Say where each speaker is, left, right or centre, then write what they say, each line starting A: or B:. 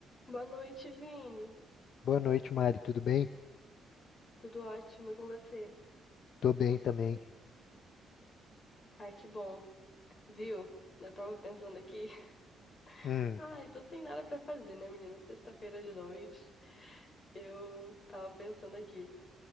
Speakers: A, on the left; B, on the left.
A: Boa noite, Vini.
B: Boa noite, Mari. Tudo bem?
A: Tudo ótimo e com você?
B: Tô bem também.
A: Ai, que bom. Viu? Eu tava pensando aqui. <laughs>
B: Hum,
A: Ai, tô sem nada pra fazer, né, menino? Sexta-feira de noite. Eu tava pensando aqui.